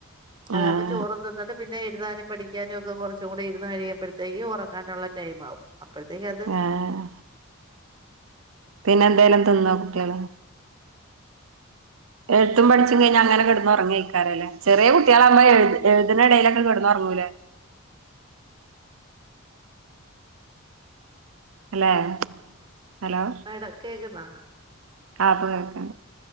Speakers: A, on the right (about 20°); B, on the right (about 75°).
A: അതാവുമ്പ
B: ആഹ്
A: ചോറും തിന്നിട്ട് പിന്നെ എഴുതാനും പഠിക്കാനും ഒക്കെ കുറച്ച് കുറച്ചും കൂടി ഇരുന്ന് കഴിയുമ്പോഴത്തേക്ക് ഉറങ്ങാനുള്ള ടൈം ആകും അപ്പോഴത്തേക്ക് അത്.
B: ആഹ് പിന്നെ എന്തേലും തിന്നോ കുട്ടി ആള്? എഴുതും പഠിച്ചും കഴിഞ്ഞ് അങ്ങനെ കെടന്നൊറങ്ങയ്ക്കാരും ലെ ചെറിയ കുട്ടാ ളാവുമ്പോ എഴുതിണെടേലൊക്കെ കെടന്നൊറങ്ങു ലേ? അല്ലെ ഹലോ
A: ആ ഇട കേക്കുന്നാ?
B: ആ ഇപ്പ കേക്ക്ണ്ട